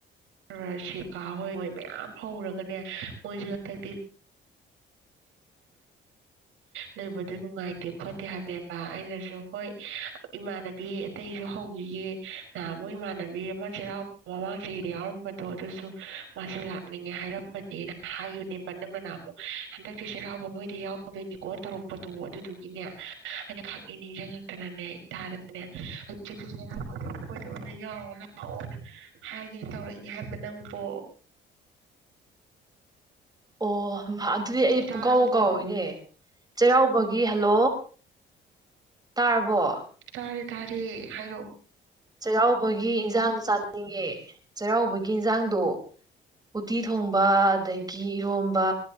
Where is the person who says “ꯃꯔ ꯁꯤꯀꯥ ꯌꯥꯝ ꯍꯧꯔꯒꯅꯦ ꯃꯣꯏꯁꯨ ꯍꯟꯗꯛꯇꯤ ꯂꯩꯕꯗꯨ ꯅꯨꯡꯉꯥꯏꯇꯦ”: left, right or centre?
Right